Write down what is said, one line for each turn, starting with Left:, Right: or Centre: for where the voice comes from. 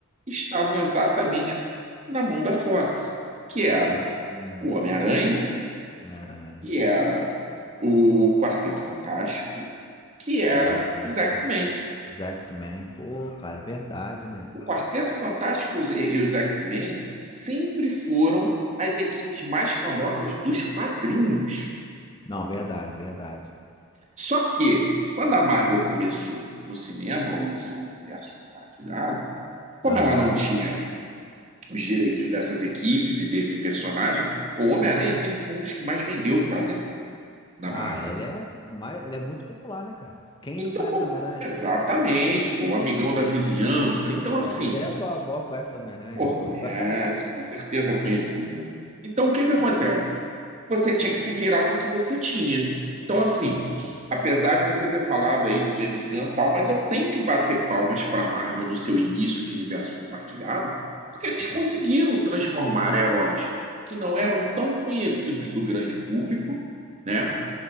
Right: estavam exatamente na mão da Fox, que era
Left: Hum,
Right: o Homem-Aranha,
Left: Homem-Aranha.
Right: que era o Quarteto Fantástico, que era
Left: É mesmo.
Right: os X-Men.
Left: Os X-Men. Pô, cara, é verdade, né?
Right: o Quarteto Fantástico e os, e os X-Men sempre foram as equipes mais famosas dos quadrinhos.
Left: Não, verdade, verdade.
Right: Só que, quando a Marvel começou no cinema, o seu universo compartilhado, como
Left: Aham.
Right: ela não tinha os direitos dessas equipes e desse personagem, o Homem-Aranha sempre foi um dos que mais vendeu o quadrinho da
Left: Ah,
Right: Marvel.
Left: ele é, mais, ele é muito popular, né, cara? Quem
Right: Então,
Left: não conhece
Right: como...
Left: Homem-Aranha?
Right: exatamente, pô, o amigão da vizinhança. Então,
Left: Pô,
Right: assim,
Left: até a tua avó conhece Homem-Aranha,
Right: Pô, conhece,
Left: pô. <laughs>
Right: com certeza conheceu. Então, o que que acontece? Você tinha que se virar com o que você tinha. Então, assim,
Left: Exato.
Right: apesar de você ter falado aí de James Gunn e tal, mas eu tenho que bater palmas para Marvel no seu início de universo compartilhado, porque eles
Left: Sim,
Right: conseguiram
Left: sim.
Right: transformar heróis que não eram tão conhecidos do grande público, né?